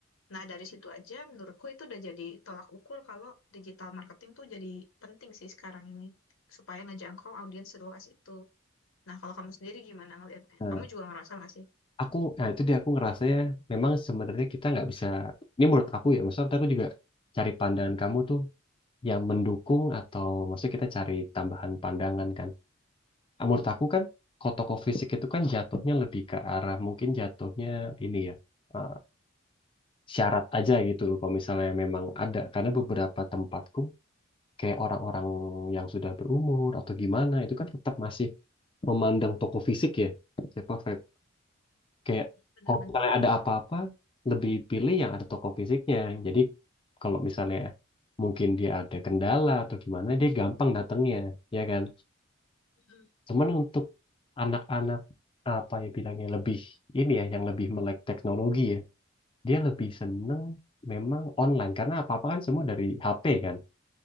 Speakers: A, on the left; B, on the left.
A: nah dari situ aja menurutku itu udah jadi tolak ukur kalau digital marketing tuh jadi penting sih sekarang ini supaya ngejangkau audiens seluas itu nah kalau kamu sendiri gimana ngelihatnya
B: Nah,
A: kamu juga ngerasa nggak sih
B: aku, nah itu dia aku ngerasanya memang sebenarnya kita nggak bisa, ini menurut aku ya, maksudnya aku juga cari pandangan kamu tuh yang mendukung atau maksudnya kita cari tambahan pandangan kan. ah, menurut aku kan kalau toko fisik itu kan jatuhnya lebih ke arah mungkin jatuhnya ini ya eh, syarat aja gitu loh kalau misalnya memang ada karena beberapa tempatku kayak orang-orang yang sudah berumur atau gimana itu kan tetap masih memandang toko fisik ya siapa vape kayak
A: benar-benar
B: kalau misalnya ada apa-apa lebih pilih yang ada toko fisiknya jadi kalau misalnya mungkin dia ada kendala atau gimana dia gampang datangnya ya kan
A: Mm-mm.
B: Cuman untuk anak-anak apa ya bilangnya lebih ini ya yang lebih melek teknologi ya, dia lebih seneng memang online karena apa-apa kan semua dari HP kan.